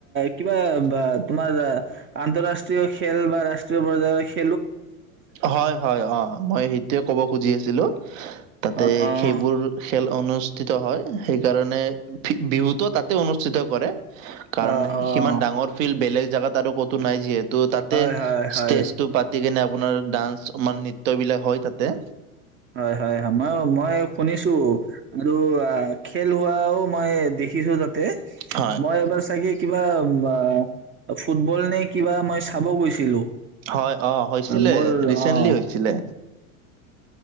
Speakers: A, on the right; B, on the right.
A: কিবা তোমাৰ আন আন্তঃৰাষ্ট্ৰীয় খেল বা ৰাষ্ট্ৰীয় পৰ্যায়ৰ খে
B: হয় হয় অ মই সেইটোয়ে কব খুজি আছিলো। তাতে
A: অ'।
B: সেইবোৰ খেল অনু অনুষ্ঠিত হয় সেইকাৰণে বিহুটো তাতে অনুষ্ঠিত কৰে। কাৰণ
A: অ', অ',
B: সিমান ডাঙৰ ফিল্ড বেলেগ জাগাত আৰু কতো নাই যিহে ত তাতে
A: হয়, হয়, হয়,
B: ষ্টেজটো পা সেই কেনে আপোনাৰ ডান্স নৃত্য বিলাক হয় তাতে।
A: হয় হয় হয় মই-মই। শুনিছো আৰু খেল হোৱাও মই দেখিছোঁ তাতে
B: হয়,
A: মই এবাৰ চাগে। কিবা বা ফুটবল নে কিবা মই চাব গৈছিলো।
B: হয় অ', হৈছিলে
A: মোৰ
B: ৰিচেন্টলি
A: অ',
B: হৈছিলে।